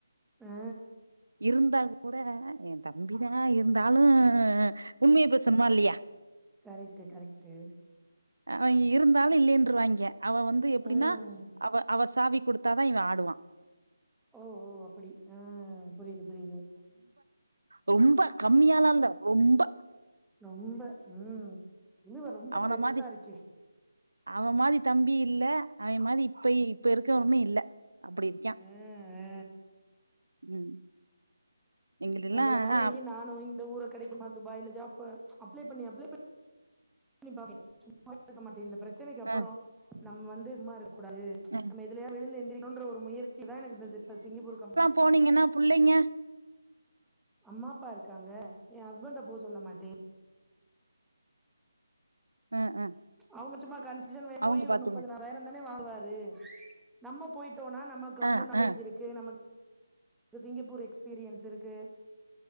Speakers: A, in the centre; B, on the right (about 70°).
A: ஆ
B: இருந்தாக்கூட என் தம் தம்பி தா இருந்தாலு உண்மையப் பேசணுமா இல்லையா
A: கரெக்ட்டு கரெக்ட்டு
B: அவன் இருந்தாலு இல்லைன்றுவாய்ங்க அவன் வந்து எப்டின்னா
A: ம்
B: அவ அவ சாவிக் குடுத் தாதா இவன் ஆடுவான்
A: ஓ ஓ அப்படி ஆ புரிதுப் புரிது
B: ரொம்பக் கம்மியாலால்ல ரொம்ப
A: ரொம்ப ம் இழுவ ரொம்பப்
B: அவன
A: பெருசாருக்கே
B: மாதி அவன் மாதி தம்பி இல்ல அவன் மாதி இப்ப இப்ப இருக்கவன்னு இல்ல அப்படி இருக்யான்
A: ஆ ஆ
B: ம் எங்கள்டல்லாம்
A: உங்கள மாரி
B: அ
A: நானு இந்த ஊரக் கெடைக்குமா துபாய்ல ஜாப்பு அப்ளைப் பண்ணி அப்ளைப் பண்ணிப் பாப்பே சும்மாவே இருக்க மாட்டே இந்தப் பிரச் ச்சனைக்கு அப்றோ
B: அ
A: நம்ம வந்து சும்மாருக்கூடாது
B: அ
A: நம்ம எதுலயா விழுந்த எந்திரிக்கனோன்ற ஒரு முயற் சிதா எனக்கிந்த இப்ப சிங்கப்பூர் கம்ப்
B: போனீங்கன்னாப் புள்ளைங்க
A: அம்மா அப்பாருக்காங்க என் ஹஸ்பண்டப் போ சொல்ல மாட்டே
B: அ அ
A: அவுங்கச் சும்மா கன்ஸ்ட்ரக்ஷன்
B: அவங்க
A: போய் ஒரு
B: பாத்துங்க.
A: முப்பது நாப் பதாயிரம் தான வாங்குவாரு நம்மப் போயிட்டோனா நமக்கு வந்து
B: அ
A: நாலேஜ்
B: அ
A: இருக்கு நமக் இந்த சிங்கப்பூர் எக்ஸ்பீரியன்ஸ் இருக்கு